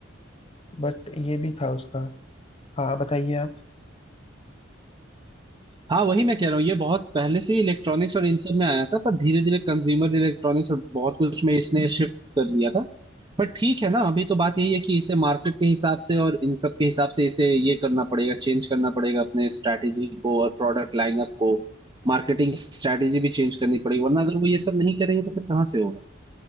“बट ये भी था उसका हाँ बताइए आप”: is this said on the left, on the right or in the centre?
Left